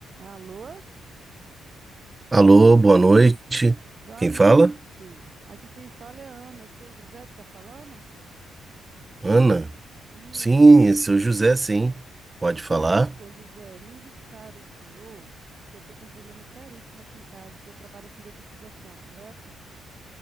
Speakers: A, on the right; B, on the right.
A: Alô?
B: Alô, boa noite.
A: Boa
B: Quem
A: noite.
B: fala?
A: Aqui quem fala é Ana, é seu José que está falando?
B: Ana.
A: Isso.
B: Sim, esse é o José, sim. Pode
A: Então,
B: falar?
A: seu José, me indicaram o senhor, porque eu estou com um problema seríssimo aqui em casa. O senhor trabalha com detetização, correto?